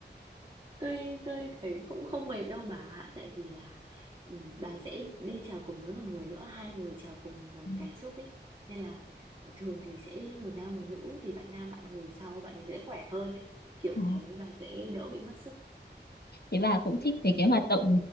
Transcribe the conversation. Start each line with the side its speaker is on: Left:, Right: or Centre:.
Right: Tôi tôi thấy cũng không mệt đâu bà, ạ, tại vì là ừ, bà sẽ đi trèo cùng với một người nữa, hai người trèo cùng một
Left: Ừ.
Right: cái súp ấy. Nên là ờ, thường thì sẽ một nam một nữ thì bạn nam bạn ngồi sau bạn ấy dễ khỏe hơn đấy. Kiểu
Left: Ờ,
Right: thế bà sẽ đỡ bị mất sức
Left: thế bà cũng thích về cái hoạt động